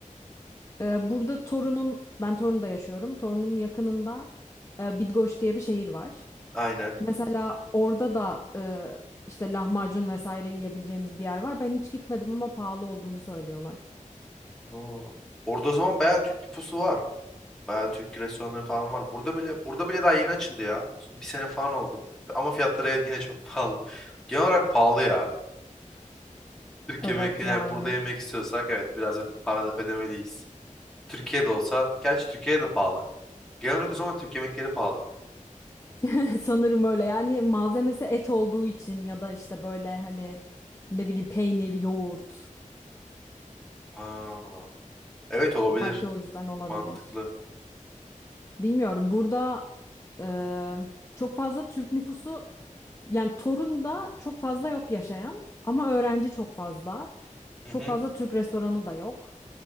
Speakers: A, on the left; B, in the centre.
A: Ee, burada Torun'un, ben Torun'da yaşıyorum. Torun'un yakınında e, Bidgoş diye bir şehir var.
B: Aynen.
A: Mesela orada da e, işte lahmacun vesaire yiyebileceğimiz bir yer var. Ben hiç gitmedim ama pahalı olduğunu söylüyorlar.
B: Aha. Orada o zaman bayağı Türk nüfusu var. Bayağı Türk restoranları falan var. Burada bile burada bile daha yeni açıldı ya. Şimdi Bir sene falan oldu. Ama fiyatları evet yine çok pahalı. Genel olarak pahalı ya. Türk
A: Evet
B: yemekleri
A: yani.
B: yani burada yemek istiyorsak evet biraz da para ödemeliyiz. Türkiye'de olsa, gerçi Türkiye'de de pahalı. Genel olarak o zaman Türk yemekleri pahalı.
A: <laughs> Sanırım öyle yani malzemesi et olduğu için ya da işte böyle hani ne bileyim peynir, yoğurt
B: Ha, evet olabilir.
A: belki o yüzden olabilir.
B: Mantıklı.
A: Bilmiyorum burada e, çok fazla Türk nüfusu yani Torun'da çok fazla yok yaşayan ama öğrenci çok fazla.
B: Hı
A: Çok
B: hı.
A: fazla Türk restoranı da yok.